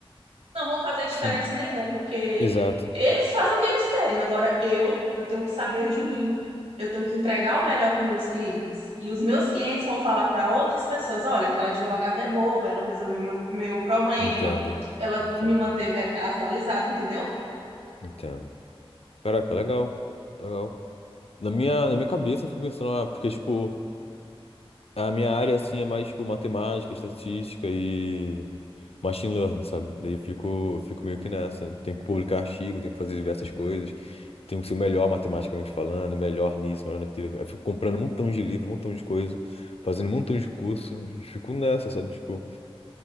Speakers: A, on the right (about 85°); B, on the left (about 80°).
A: não vão fazer diferença
B: Sim,
A: nenhuma, porque
B: exato.
A: eles fazem o que eles querem. Agora, eu, eu tenho que saber de mim. Eu tenho que entregar o melhor para os meus clientes. E os meus clientes vão falar para outras pessoas: olha, aquela advogada é boa, ela resolveu meu, meu problema,
B: Entendo,
A: ela
B: entendo,
A: me manteve atualizada, entendeu?
B: entendo. Caraca, legal, legal. Na minha, na minha cabeça eu fico pensando, ah, porque, tipo. A minha área, assim, é mais, tipo, matemática, estatística e machine learning, sabe? Daí fico, fico meio que nessa. Tenho que publicar artigo, tenho que fazer diversas coisas. Tenho que ser o melhor matematicamente falando, melhor nisso, melhor naquilo. Eu fico comprando um montão de livro, um montão de coisa, fazendo um montão de curso. e Fico nessa, sabe? Tipo,